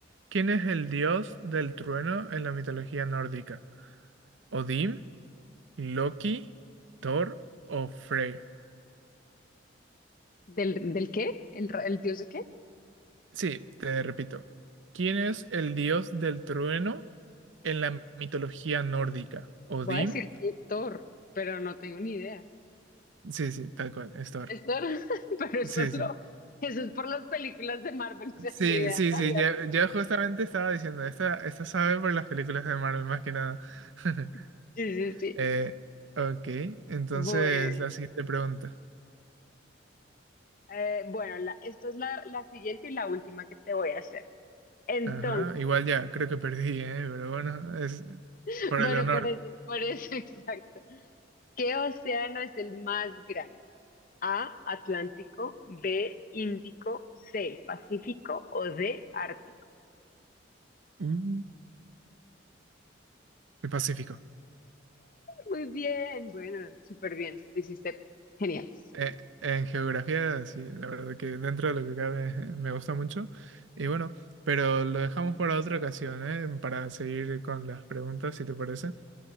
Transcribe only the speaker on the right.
¿Quién es el dios del trueno en la mitología nórdica? ¿Odín? Loki, Thor o Freyr.
Sí, te repito. ¿Quién es el dios del trueno en la mitología nórdica? ¿Odín?
Sí, sí, tal cual, es Thor.
Sí, sí.
Sí,
sí,
sí,
ya, ya justamente estaba diciendo, esta, esta sabe por las películas de Marvel, más que nada. <laughs>
Eh, ok, entonces
la siguiente pregunta.
Ajá, igual ya, creo que perdí, ¿eh? Pero bueno, es
por
el honor.
Mm. El Pacífico.
Eh, en geografía, sí, la verdad que dentro de lo que cabe <laughs> me gusta mucho. Y bueno, pero lo dejamos para otra ocasión, ¿eh? Para seguir con las preguntas, si te parece.